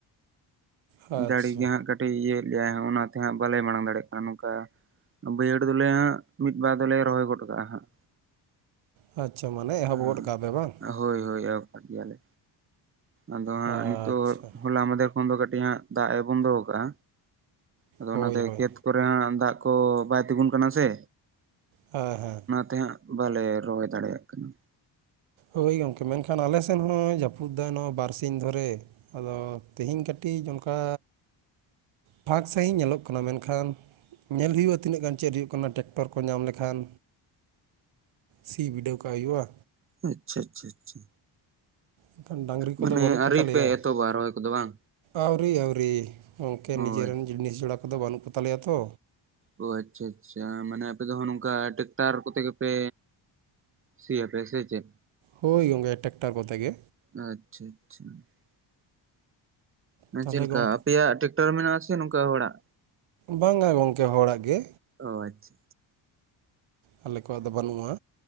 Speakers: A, on the right; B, on the right.
A: ᱟᱪᱪᱷᱟ
B: ᱡᱟᱹᱲᱤ ᱜᱮ ᱦᱟᱸᱜ ᱠᱟᱹᱴᱤᱡ ᱤᱭᱟᱹᱮᱫ ᱜᱮᱭᱟᱭ ᱦᱚᱜᱼᱱᱟᱛᱮ ᱦᱟᱸᱜ ᱵᱟᱞᱮ ᱢᱟᱲᱟᱝ ᱫᱟᱲᱮᱭᱟᱜ ᱠᱟᱱᱟ ᱱᱚᱝᱠᱟ ᱵᱟᱹᱭᱦᱟᱹᱲ ᱫᱚᱞᱮ ᱦᱟᱸᱜ ᱢᱤᱫ ᱵᱟᱨ ᱫᱚᱞᱮ ᱨᱚᱦᱚᱭ ᱜᱚᱴ ᱠᱟᱜᱼᱟ ᱦᱟᱸᱜ
A: ᱟᱪᱪᱷᱟ ᱢᱟᱱᱮ
B: ᱮᱸ
A: ᱮᱦᱚᱵ ᱜᱚᱫ ᱠᱟᱜ ᱯᱮ ᱵᱟᱝ
B: ᱦᱳᱭ ᱦᱳᱭ ᱮᱦᱚᱵ ᱠᱟᱫ ᱜᱮᱭᱟᱞᱮ ᱟᱫᱚ ᱦᱟᱸᱜ
A: ᱟᱪᱪᱷᱟ
B: ᱱᱤᱛᱚᱜ ᱦᱚᱞᱟ ᱢᱟᱫᱷᱮᱨ ᱠᱷᱚᱱ ᱫᱚ ᱠᱟᱹᱴᱤᱡ ᱦᱟᱸᱜ ᱫᱟᱜ ᱮ ᱵᱚᱱᱫᱚ ᱠᱟᱜᱼᱟ ᱟᱫᱚ
A: ᱦᱳᱭ
B: ᱚᱱᱟᱛᱮ
A: ᱦᱳᱭ
B: ᱠᱷᱮᱛ ᱠᱚᱨᱮ ᱦᱟᱸᱜ ᱫᱟᱜ ᱠᱚ ᱵᱟᱭ ᱛᱤᱜᱩᱱ ᱠᱟᱱᱟ ᱥᱮ
A: ᱦᱮᱸ ᱦᱮᱸ
B: ᱛᱮᱦᱟᱸᱜ ᱵᱟᱞᱮ ᱨᱚᱦᱚᱭ ᱫᱟᱲᱮᱭᱟᱜ ᱠᱟᱱᱟ᱾
A: ᱦᱳᱭ ᱜᱚᱝᱠᱮ ᱢᱮᱱᱠᱷᱟᱱ ᱟᱞᱮ ᱥᱮᱱ ᱦᱚᱸᱭ ᱡᱟᱹᱯᱩᱫ ᱫᱟᱭ ᱱᱚ ᱵᱟᱨᱥᱤᱧ ᱫᱷᱚᱨᱮ ᱟᱫᱚ ᱛᱮᱦᱤᱧ ᱠᱟᱹᱴᱤᱡᱽ ᱚᱱᱠᱟ᱾ ᱯᱷᱟᱸᱠ ᱥᱟᱺᱦᱤᱡᱽ ᱧᱮᱞᱚᱜ ᱠᱟᱱᱟ ᱢᱮᱱᱠᱷᱟᱱ ᱧᱮᱞ ᱦᱩᱭᱩᱜᱼᱟ ᱛᱤᱱᱟᱹᱜ ᱜᱟᱱ ᱪᱮᱫ ᱦᱩᱭᱩᱜ ᱠᱟᱱᱟ ᱴᱮᱠᱴᱚᱨ ᱠᱚ ᱧᱟᱢ ᱞᱮᱠᱷᱟᱱ ᱥᱤ ᱵᱤᱰᱟᱹᱣ ᱠᱟᱜ ᱦᱩᱭᱩᱜᱼᱟ᱾
B: ᱟᱪᱪᱷᱟ ᱟᱪᱪᱷᱟ ᱟᱪᱪᱷᱟ
A: ᱮᱱᱠᱷᱟᱱ ᱰᱟᱝᱨᱤ ᱠᱚᱫᱚ
B: ᱢᱟᱱᱮ
A: ᱵᱟᱹᱱᱩᱜ ᱠᱚᱛᱟᱞᱮᱭᱟ
B: ᱟᱹᱨᱤ ᱯᱮ ᱮᱛᱚᱵᱟ ᱨᱚᱦᱚᱭ ᱠᱚᱫᱚ ᱵᱟᱝ
A: ᱟᱹᱣᱨᱤ ᱟᱹᱣᱨᱤ ᱜᱚᱝᱠᱮ
B: ᱚ
A: ᱱᱤᱡᱮᱨᱮᱱ
B: ᱟᱪᱪᱷᱟ
A: ᱡᱤᱱᱤᱥ ᱡᱚᱲᱟ ᱠᱚᱫᱚ ᱵᱟᱹᱱᱩᱜ ᱠᱚ ᱛᱟᱞᱮᱭᱟ ᱛᱚ
B: ᱦᱳᱭ ᱟᱪᱪᱷᱟ ᱟᱪᱪᱷᱟ ᱢᱟᱱᱮ ᱟᱯᱮ ᱫᱚ ᱦᱟᱸᱜ ᱱᱚᱝᱠᱟ ᱴᱮᱠ ᱴᱟᱨ ᱠᱚᱛᱮ ᱜᱮᱯᱮ ᱥᱤᱭᱟᱯᱮ ᱥᱮ ᱪᱮᱫ
A: ᱦᱳᱭ ᱜᱚᱝᱠᱮ ᱴᱟᱠᱴᱟᱨ ᱠᱚᱛᱮ ᱜᱮ
B: ᱟᱪᱪᱷᱟ ᱟᱪᱪᱷᱟ ᱢᱟᱱᱮ
A: ᱛᱟᱦᱚᱞᱮ
B: ᱪᱮ ᱪᱮᱞᱠᱟ
A: ᱜᱚᱢᱠᱮ
B: ᱟᱯᱮᱭᱟᱜ ᱴᱮᱠᱴᱚᱨ ᱢᱮᱱᱟᱜ ᱟᱥᱮ ᱱᱚᱝᱠᱟ ᱦᱚᱲᱟᱜ
A: ᱵᱟᱝᱜᱟ ᱜᱚᱝᱠᱮ ᱦᱚᱲᱟᱜ ᱜᱮ
B: ᱚ ᱟᱪᱪᱷᱟ
A: ᱟᱞᱮ ᱠᱚᱣᱟᱜ ᱫᱚ ᱵᱟᱹᱱᱩᱜᱼᱟ᱾